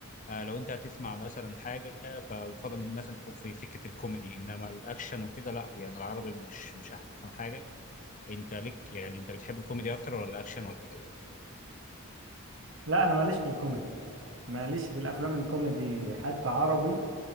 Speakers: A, on the left (about 35°); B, on the right (about 60°).
A: آه لو انت هتسمع مثلا حاجه فيفضل ان مثلا تكون في سكه الكوميدي انما الاكشن وكده لا يعني العربي مش مش احسن حاجه انت ليك يعني انت بتحب الكوميدي اكتر ولا الاكشن ولا ايه
B: لا أنا ماليش في الكوميدي ماليش في الأفلام الكوميدي حتى عربي